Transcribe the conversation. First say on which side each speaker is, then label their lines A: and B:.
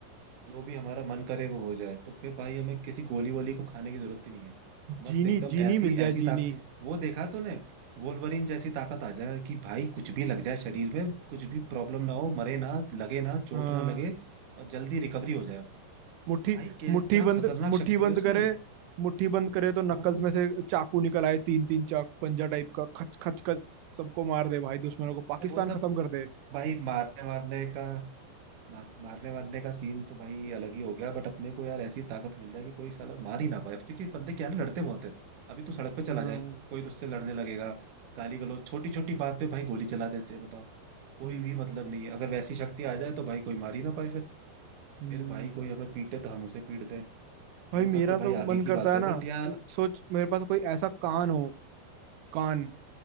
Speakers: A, on the right; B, on the right.
A: जो भी हमारा मन करे वो हो जाए तो फिर भाई हमें किसी गोली वोली को खाने की जरूरत ही नहीं है मस्त
B: जीनी
A: एकदम
B: जीनी
A: ऐसी
B: मिल जाए
A: ऐसी ताक
B: जीनी
A: वो देखा तूने वोल्वरिन जैसी ताकत आ जाए कि भाई कुछ भी लग जाए शरीर में कुछ भी प्रॉब्लम ना हो मरे ना लगे ना चोट
B: हाँ
A: ना लगे और जल्दी रिकवरी हो जाए अपनी
B: मुट्ठी
A: भाई क्या
B: मुट्ठी
A: क्या
B: बंद
A: खतरनाक
B: मुट्ठी
A: शक्ति
B: बंद
A: है उसमें
B: करे मुट्ठी बंद करे तो नक्कल्स
A: हाँ
B: में से चाकू निकल आए तीन तीन चाकू पंजा टाइप का खच खच खच सबको मार दे भाई
A: हाँ।
B: दुश्मनों को पाकिस्तान
A: वो सब
B: खत्म कर दे
A: भाई मारने मारने का मार, मारने वारने का सीन तो भाई अलग ही हो गया बट अपने को यार ऐसी ताकत मिल जाए कि कोई साला मार ही ना पाए क्योंकि बंदे क्या है ना लड़ते बहुत है अभी तू सड़क पे चला
B: हाँ
A: जाए कोई तुझसे लड़ने लगेगा गाली गलौज छोटी छोटी बात पे भाई गोली चला देते हैं बताओ कोई
B: हम्म
A: भी मतलब नहीं है अगर वैसी शक्ति आ जाए तो भाई कोई मार ही ना पाए फिर
B: हम्म
A: फिर भाई कोई हमें पीटे तो हम उसे पीट दें
B: भाई
A: वो
B: मेरा
A: सब तो भाई
B: तो
A: आगे
B: मन
A: की
B: करता
A: बात
B: है
A: है
B: ना
A: बट यार
B: सोच मेरे पास कोई ऐसा कान हो कान